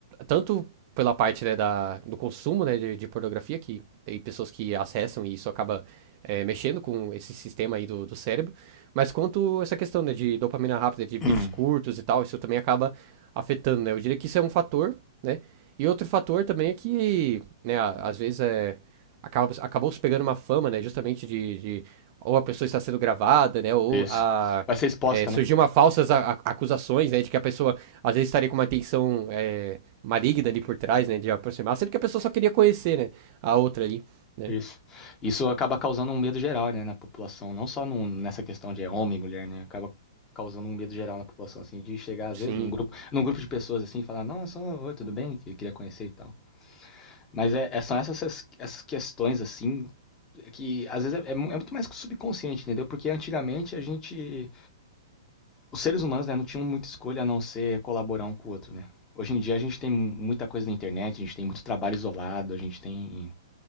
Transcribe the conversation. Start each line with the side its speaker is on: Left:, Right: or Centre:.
Right: tanto pela parte né, da, do consumo né, de, de pornografia, que tem pessoas que acessam e isso acaba é, mexendo com esse sistema aí do, do cérebro, mas quanto essa questão né, de dopamina rápida, de vídeos
Left: Hum,
Right: curtos e tal, isso também acaba afetando, né? Eu diria que isso é um fator, né? E outro fator também é que, né, a- às vezes é, acaba, acabou se pegando uma fama, né? Justamente de, de ou a pessoa está sendo gravada, né? Ou
Left: isso.
Right: a,
Left: Vai ser exposta,
Right: é, surgiu
Left: né?
Right: uma falsas a- a- acusações, né? De que a pessoa às vezes estaria com uma intenção é, maligna ali por trás, né? De aproximar, sendo que a pessoa só queria conhecer, né? A outra ali, né?
Left: Isso. Isso acaba causando um medo geral, né, na população, não só num- nessa questão de é homem, e mulher, né? Acaba causando um medo geral na população, assim, de chegar às
Right: Sim,
Left: vezes num grupo, num grupo de pessoas assim, e falar, nossa, oi, tudo bem, eu queria conhecer e tal. Mas é, é- são essas essas questões assim que às vezes é, é mu- é muito mais subconsciente, entendeu? Porque antigamente a gente os seres humanos, né, não tinham muita escolha a não ser colaborar um com o outro, né? Hoje em dia a gente tem muita coisa na internet, a gente tem muito trabalho isolado, a gente tem